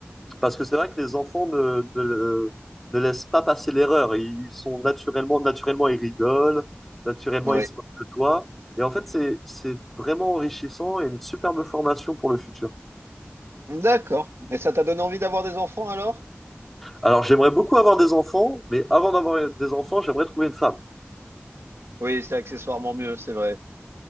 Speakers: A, in the centre; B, on the right (about 80°).
A: Parce que c'est vrai que les enfants ne, ne, ne laissent pas passer l'erreur. Ils sont naturellement, naturellement, ils rigolent, naturellement,
B: Oui.
A: ils se moquent de toi. Et en fait, c'est, c'est vraiment enrichissant et une superbe formation pour le futur.
B: D'accord. Et ça t'a donné envie d'avoir des enfants alors?
A: Alors, j'aimerais beaucoup avoir des enfants, mais avant d'avoir des enfants, j'aimerais trouver une femme.
B: Oui, c'est accessoirement mieux, c'est vrai.